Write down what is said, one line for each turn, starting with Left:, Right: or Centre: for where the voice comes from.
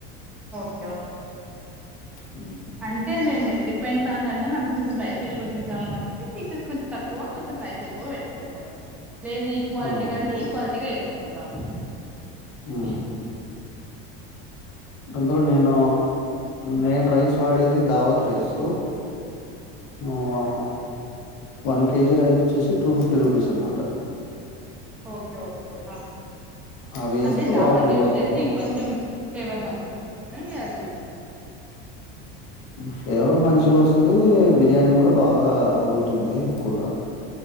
Centre: okay okay
Left: హ్మ్.
Centre: అంటే లేండి డిపెండ్స్ ఆ ద అంటే మనం కొంచెం రైస్ ఎక్కువ తింటాము అంటే పీసెస్ కొంచెం తక్కువ కొంచెం రైస్ ఎక్కువ పెట్టుకుంటాం. లేదు ఈక్వాలిటీ
Left: అవునవును
Centre: కంటే ఈక్వాలిటీగా వేసుకుంటాము.
Left: ఉమ్
Centre: ఇహ్
Left: అందులో నేను నేను రైస్ వాడేది దావత్ రైస్ ఉవా వన్ కేజీ రైస్ ఓచ్చేసి టూ ఫిఫ్టీ రూపీస్ అన్నమాట
Centre: ఓకే ఓకే ఆహ
Left: అవి వేస్తే
Centre: అంటే దాబత్
Left: బాగా ఫ్లేవర్
Centre: యూస్ చేస్తే
Left: బాగుంది
Centre: ఇంకొంచెం ఫ్లేవర్ మాంచి వస్తుంది మీ అది విషయం
Left: ఫ్లేవర్ మంచిగా వస్తది బిర్యానీ కూడా బాగా వడుకుతుంది ఎక్కువగా